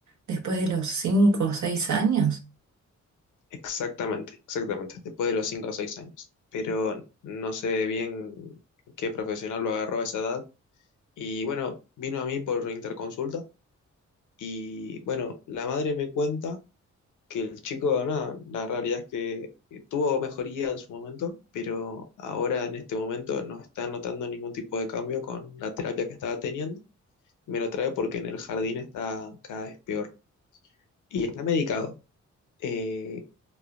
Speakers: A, on the right; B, on the left.
A: después de los 5 o 6 años?
B: exactamente, exactamente, después de los cinco o seis años. Pero no sé bien qué profesional lo agarró a esa edad. Y bueno, vino a mí por interconsulta. Y bueno, la madre me cuenta que el chico, nada, la realidad es que eh, tuvo mejoría en su momento, pero ahora en este momento no está notando ningún tipo de cambio con la terapia que estaba teniendo. Me lo trae porque en el jardín está cada vez peor y está medicado. Eh,